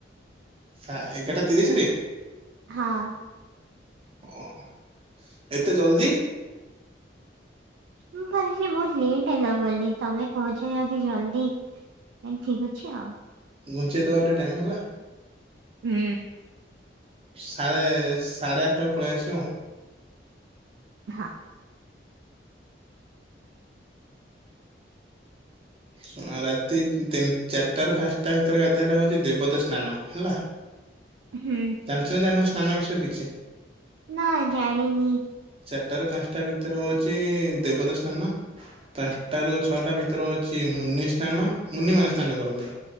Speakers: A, on the right (about 30°); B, on the right (about 80°).
A: ସା ଏଗାରଟା ତିରିଶ ରେ?
B: ହଁ।
A: ଓହୋ ଏତେ ଜଲ୍ଦି?
B: ମୁଁ ଭାବଥିଲି ବହୁତ ଲେଟ୍ ହେଲା ବୋଲି। ତମେ କହଞ୍ଚ ଯଦି ଜଲଦି ଆଜ ଠିକ ଅଛି ଆଉ।
A: ଘୁଞ୍ଚେଇଦବ ଆଉ ଟିକେ ଟାଇମ୍ ହେଲା।
B: ହୁଁ।
A: ସା଼ ସାଢ଼େ ଆଠଟା ପଳେଇ ଆସିବୁ।
B: ହଁ।
A: ଶ ଆ ରାତିତିନି ଚାରିଟା ର ପାଞ୍ଚଟା ଭିତରେ ଗାଧଟା ହଉଚି ଦେବତା ସ୍ନାନ ହେଲା।
B: ହୁଁ।
A: ଜାଣିଚ ନ ଜାଣିନ ସ୍ନାନ ବିଷୟରେ କିଛି?
B: ନାଇ ଜାଣିନି।
A: ଚାରିଟା ରୁ ପାଞ୍ଚଟା ଭିତରେ ହଉଛି ଦେବତା ସ୍ଥାନ। ପାଞ୍ଚଟାରୁ ଛଅଟା ଭିତରେ ହଉଚି ସି ମୁନି ସ୍ଥାନ ମୁନି ମାନେ ସ୍ଥାନ କରନ୍ତି